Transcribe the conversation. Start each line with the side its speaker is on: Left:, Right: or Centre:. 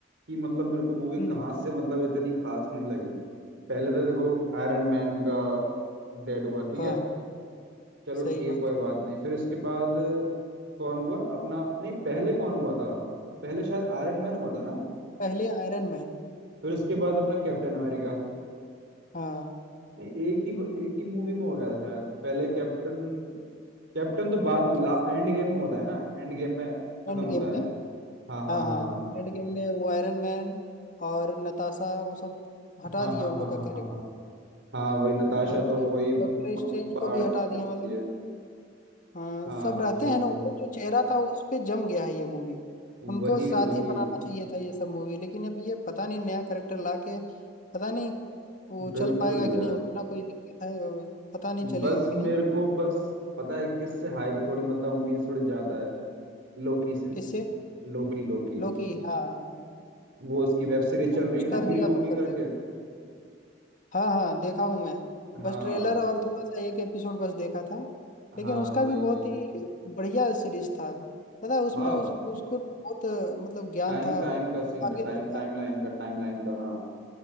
Right: कि मतलब मेरे को मूवी
Left: हम्म
Right: कहाँ से मतलब इतनी खास नहीं लगी पहले तो देखो आयरन मैन का डेड हुआ ठीक
Left: हाँ
Right: है
Left: हाँ
Right: चलो
Left: सही
Right: ठीक
Left: बात
Right: है कोई बात नहीं फिर इसके बाद कौन हुआ अपना नहीं पहले कौन हुआ था पहले शायद आयरन मैन हुआ था ना
Left: पहले आयरन मैन
Right: फिर उसके बाद अपना कैप्टन अमेरिका
Left: हाँ
Right: नहीं एक ही एक ही मूवी में हो गया था शायद पहले कैप्टन कैप्टन तो बाद
Left: तो
Right: एंड गेम में होता है ना एंड गेम में खत्म
Left: एंड
Right: होता
Left: गेम में
Right: है हाँ हाँ
Left: हाँ हाँ
Right: हाँ
Left: एंड गेम में वो आयरन मैन और नताशा वो सब हटा
Right: हाँ
Left: दिया
Right: हाँ
Left: उन
Right: हाँ
Left: लोग का
Right: हाँ
Left: कैरेक्टर
Right: हाँ हाँ हाँ वही नताशा
Left: अभी
Right: तो वही म-
Left: डॉक्टर स्ट्रेंज
Right: पहाड़
Left: को भी
Right: से
Left: हटा दिया
Right: आती
Left: मतलब
Right: है
Left: हाँ
Right: हाँ
Left: सब रहते
Right: वही
Left: हैं
Right: वही
Left: ना वो जो चेहरा था उस पे जम गया है ये मूवी उनको
Right: वही
Left: साथ
Right: वही
Left: ही बनाना चाहिए था ये सब मूवी लेकिन अब ये पता नहीं नया करेक्टर ला के पता नहीं वो
Right: बिल्कुल
Left: चल पाएगा कि
Right: यार
Left: नहीं उतना कोई दिक्कत है और पता नहीं चलेगा
Right: बस
Left: कि
Right: मेरे
Left: नहीं
Right: को बस पता है किससे हाइप थोड़ी मतलब उम्मीद थोड़ी ज्यादा है लोकी से
Left: किससे
Right: लोकी लोकी
Left: लोकी हाँ हाँ
Right: वो उसकी वेब सीरीज चल
Left: वो कुछ
Right: रही है ना
Left: कर
Right: दी
Left: दिया
Right: लोकी
Left: तो कर
Right: करके
Left: देगा हाँ हाँ देखा हूँ मैं
Right: हाँ
Left: बस ट्रेलर और थोड़ा सा एक एपिसोड बस देखा था लेकिन
Right: हाँ
Left: उसका
Right: वही
Left: भी बहुत
Right: वही
Left: ही बढ़िया सीरीज था पता है उसमें
Right: हाँ
Left: उस, उसको बहुत मतलब ज्ञान
Right: टाइम
Left: था
Right: टाइम का सीन
Left: आगे
Right: था टाइम
Left: तक
Right: टाइम
Left: का
Right: लाइन का टाइम लाइन का हाँ